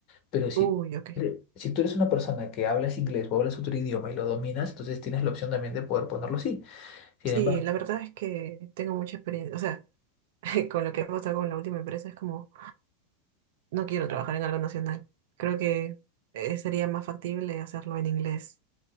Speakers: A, on the left; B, on the right.
A: Pero si,
B: Uy, ok.
A: eh, si tú eres una persona que hablas inglés o hablas otro idioma y lo dominas, entonces tienes la opción también de poder ponerlo así. Sin
B: Sí,
A: embargo,
B: la verdad es que tengo mucha experiencia. O sea, <laughs> con lo que ha pasado con la última empresa es como, no quiero trabajar en algo nacional. Creo que eh, sería más factible hacerlo en inglés.